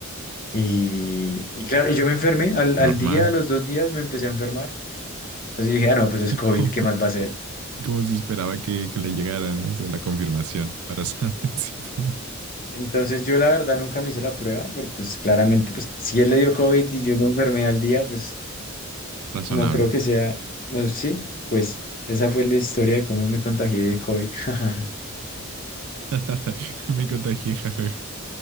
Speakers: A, on the left; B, on the right.
A: y, y claro, y yo me enfermé, al,
B: Lo
A: al
B: normal.
A: día, a los dos días me empecé a enfermar, entonces dije, ah, no, pues es COVID,
B: <laughs> Como,
A: ¿qué más va a ser?
B: como si esperaba que, que le llegaran o sea, la confirmación para saber <laughs> si tenía.
A: Entonces yo la verdad nunca me hice la prueba, pero pues claramente, pues si él le dio COVID y yo me enfermé al día, pues
B: Razonable.
A: no creo que sea, no sé, sí, pues esa fue la historia de cómo me contagié de COVID. <laughs>
B: <laughs> Me contagié, jajaja.